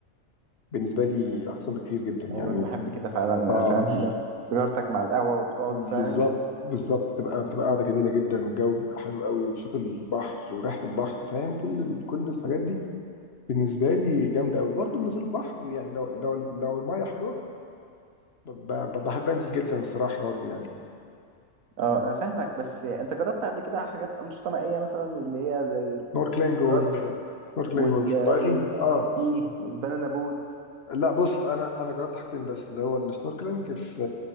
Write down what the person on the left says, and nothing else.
بالنسبة لي احسن بكتير جدا يعني
اه
بالظبط
بالظبط تبقى بتبقى قاعده جميله جدا والجو بيبقى حلو قوي وصوت البحر وريحه البحر فاهم كل ال... كل الحاجات دي بالنسبه لي جامده قوي برضو نزول البحر يعني لو لو لو الميه حلوه ب... ب... بحب انزل جدا الصراحه برضو يعني
سنوركلينج
وال سنوركلينج
والدايفنج
اه
لا بص انا انا جربت حاجتين بس اللي هو السنوركلينج في